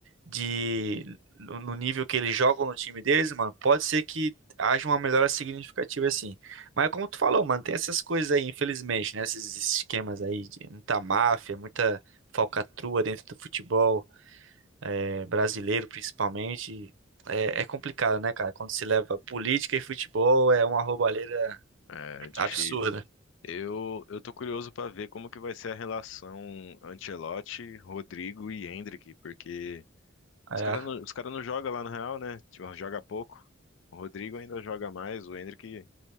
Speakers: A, on the right; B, on the left.
A: de no no nível que eles jogam no time deles, mano, pode ser que haja uma melhora significativa assim. Mas como tu falou, mano, tem essas coisas aí, infelizmente, né? Esses esquemas aí de muita máfia, muita falcatrua dentro do futebol é, brasileiro, principalmente. É, é complicado, né, cara? Quando se leva política e futebol, é uma roubalheira
B: é difícil.
A: absurda.
B: Eu, eu tô curioso pra ver como que vai ser a relação Ancelotti, Rodrigo e Endrick, porque
A: É,
B: os caras não, os cara não jogam lá no Real, né? Tipo, joga pouco. O Rodrigo ainda joga mais, o Endrick.